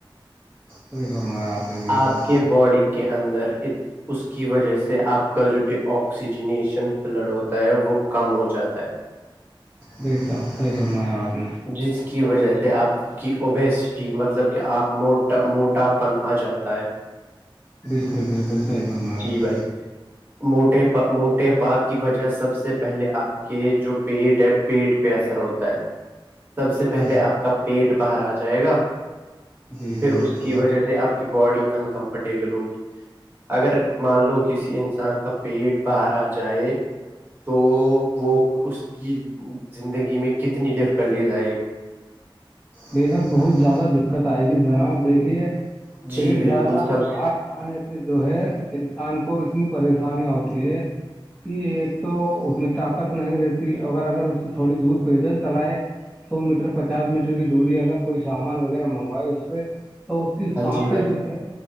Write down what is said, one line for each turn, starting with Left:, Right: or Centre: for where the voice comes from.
Centre: کوئی گم ہے آپ نے بالکل
Right: آپ کے باڈی کے اندر اس کی وجہ سے آپ کا جو ڈی آکسیجنییشن بلڈ ہوتا ہے وہ کم ہو جاتا ہے
Centre: بلکل صحیح فرمایا آپ نے
Right: جس کی وجہ سے آپ کی اوبیسٹی مطلب کہ آپ موا موٹاپن آ جاتا ہے
Centre: بالکل بالکل صحیح فرمایا
Right: جی
Centre: آپ نے
Right: بھائی موٹے موٹے پا کی وجہ سب سے پہلے آپ کے جو پیٹ ہے پیٹ پہ اثر ہوتا ہے سب سے پہلے
Centre: بے شک،
Right: آپ کا پیٹ باہر آ جائے گا
Centre: جی
Right: پھر
Centre: جی
Right: اس
Centre: جی
Right: کی وجہ سے آپ باڈی انکمفرٹیبل ہوگی اگر مان لو کسی انسان کا پیٹ بر آ جائے تو وہ اس کی زندگی میں کتنی ڈفیکلٹیز آئے گی
Centre: بے تک بہت زیادہ دقت آئے گی نا آپ دیکھیے
Right: جی
Centre: پیٹ
Right: بالکل
Centre: زیادہ
Right: سب
Centre: بر آنے سے جو ہے انسان کو اتنی پریشانییا ہوتی ہے کہ ایک تو اس میں طاقت نہیں رہتی اگر اگر اس سے تھوڑی دور پیدل چلائے سو میٹر پچاس میٹر کی دوری اگر کوئی سامان وغیرہ منگوائے اس سے تو اس کے
Right: ہاں
Centre: ساتھ
Right: جی بھائی
Centre: جو ہے